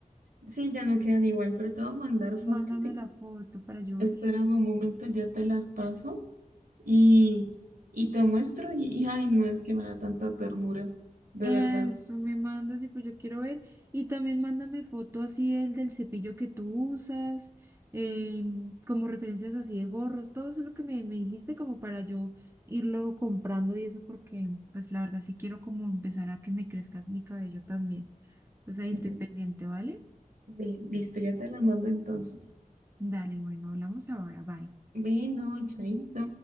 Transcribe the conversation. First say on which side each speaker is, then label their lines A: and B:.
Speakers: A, on the right (about 75°); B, on the right (about 15°).
A: sí, ya no quedan igual, pero te voy a mandar fotos
B: Mándame
A: y
B: la foto para yo
A: Espérame
B: ver.
A: un momento, ya te las paso y, y te muestro. Y, y, ay, no es que me da tanta ternura, de
B: Eso
A: verdad.
B: me mandas y pues yo quiero ver. Y también mándame foto así del, del cepillo que tú usas, em, como referencias así de gorros, todo eso lo que me, me dijiste como para yo irlo comprando y eso porque pues la verdad sí quiero como empezar a que me crezca mi cabello también. Entonces ahí
A: Bueno,
B: estoy pendiente, ¿vale?
A: li- listo, ya te las mando entonces.
B: Dale, bueno, hablamos ahora, bye.
A: Bueno, chaito.